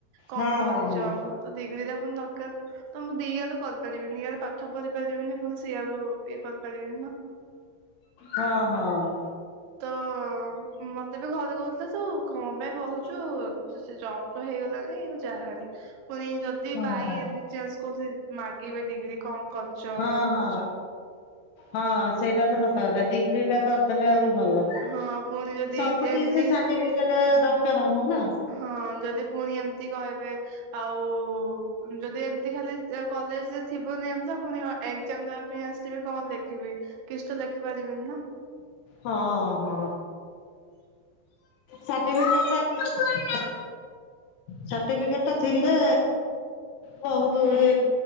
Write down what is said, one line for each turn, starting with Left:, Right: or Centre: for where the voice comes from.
Right: କଣ
Left: ହଁ
Right: କରିଛ
Left: ହଁ
Right: ତ ଡିଗ୍ରୀରେ ପୁଣି ଦରକାର ତ, ମୁଁ ଦିଇଆଡୁ କରିପାରିବି ନିଆଡ ପାଠ ପଢ଼ିବି କରିବିନି, ପୁଣି ସେଆରୁ ଇଏ କରିପାରିବିନି ନା
Left: ହଁ ହଁ।
Right: ତ ମତେ ବି ଘରେ କହୁଥିଲେ, ତୁ କଣ ପାଇଁ ପଢୁଛୁ ସେ ଜବ ତ ହେଇଗଲାଣି ଯାହା ପୁଣି ଯଦି
Left: ହଁ ହଁ
Right: ଭାଇ
Left: ହଁ
Right: ଏନି ଚାନ୍ସ କ ମାଗିବେ ଡିଗ୍ରୀ କଣ କରୁଛ ନ
Left: ହଁ ହଁ
Right: କରୁଛ
Left: ହଁ ସେଇଟା ତ ସତ କଥା ଡିଗ୍ରୀ ଟା କରିଦେଲେ ଆଉ ଭଲ
Right: ହଁ ପୁଣି ଯଦି
Left: ସବୁଠି
Right: ଏମିତି
Left: ସେ ସାଠି ଫିକେଟ୍ ଦରକାର। ହବ ନା
Right: ହଁ ଯଦି ପୁଣି ଏମିତି କହିବେ। ଆଉ ଯଦି ଏମିତି ଖାଲି କଲେଜରେ ଥିବନି ଏମିତି ପୁଣି ଏଗ୍ଜାମ। ପାଇଁ ଆସିବେ କଣ ଲେଖିବି କିଛି ଲେଖି ପାରିବିନି ନା।
Left: ହଁ ହଁ। ସାଠି ଟିକେଟ୍ ଟା <unintelligible> ସାର୍ଟିଫିକେଟ ଟା ଥିଲେ। ବହୁତ
Right: ହୁଁ
Left: ଏ